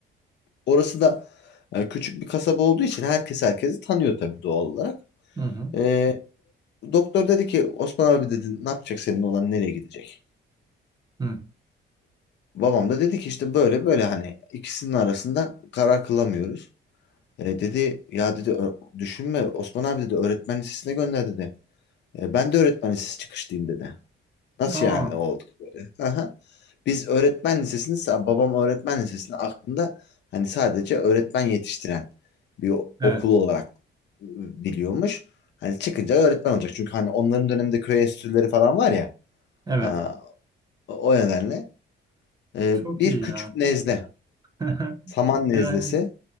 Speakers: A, on the left; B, on the right.
A: Orası da e, küçük bir kasaba olduğu için herkes herkesi tanıyor tabii doğal olarak.
B: Hı hı.
A: E, doktor dedi ki Osman abi dedi ne yapacak senin olan nereye gidecek?
B: Hı.
A: Babam da dedi ki işte böyle böyle hani ikisinin arasında karar kılamıyoruz. E, dedi ya dedi "ö- düşünme Osman abi dedi öğretmen lisesine gönder dedi. "E, ben de öğretmen lisesi çıkışlıyım dedi. Nasıl
B: Aa.
A: yani olduk böyle? <laughs> Aha. Biz öğretmen lisesini sa- babam öğretmen lisesini aklında hani sadece öğretmen yetiştiren bir o-
B: Evet.
A: okulu olarak e, biliyormuş. Hani çıkınca öğretmen olacak. Çünkü hani onların döneminde köy enstitüleri falan var ya.
B: Evet.
A: Aa, o o nedenle e,
B: Çok
A: bir
B: iyi
A: küçük
B: ya.
A: nezle.
B: <laughs>
A: saman
B: Yani
A: nezlesi